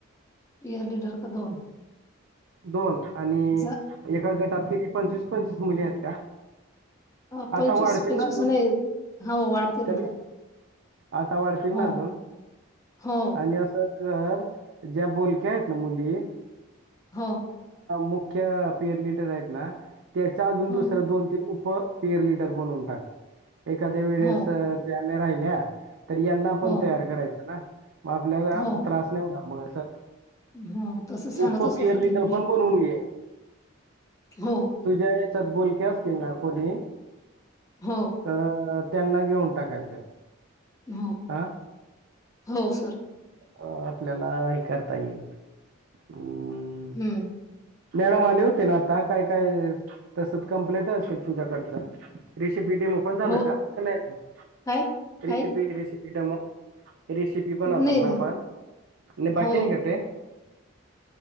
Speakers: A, on the left (about 15°); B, on the right (about 65°).
A: इयर लिडर का दोन
B: दोन आणि
A: जा
B: एका गटात किती पंचवीस पंचवीस मुली आहेत का
A: हा पंचवीस
B: आता वाढतील
A: पंचवीस
B: ना अजून?
A: नाही हो वाढतील
B: कमी
A: ना
B: आता वाढतील
A: हो
B: ना अजून
A: हो
B: आणि असं कर ज्या बोलक्या आहेत ना मुली
A: हो
B: मुख्य पेरिडर आहेत ना त्याच्या अजून
A: हो
B: दुसर दोन तीन उप पेर लिडर पण टात एखाद्या वेळेस
A: हो
B: त्याने राहिल्या तर यांना पण
A: हो
B: तयार करायच ना मग आपल्याला
A: हो
B: त्रास नाही होणार मग असं
A: हो तसं सांगतच
B: उप पेर
A: होतेेत
B: लिडर
A: मुली पण
B: बनवून घे
A: हो
B: तुझ्या याच्यात बोलक्या असतील ना कोणी
A: हो
B: तर त्यांना घेऊन टाकायचं
A: हो
B: हं
A: हो सर
B: अ आपल्याला हे करता येईल हम्
A: हम्म
B: नेणम आले होते ना आता काय काय तसच कं्प्लेट असेल तुझ्याकडचं रेसिपी डेमो पण झालं
A: हो
B: का नाहीजून
A: काय
B: रेसिपी
A: काय
B: रेसिपी डेमो रेसिपी बनवतात
A: नाही
B: ना
A: नाही
B: आपण आणि बाकी
A: हो
B: आहे का ते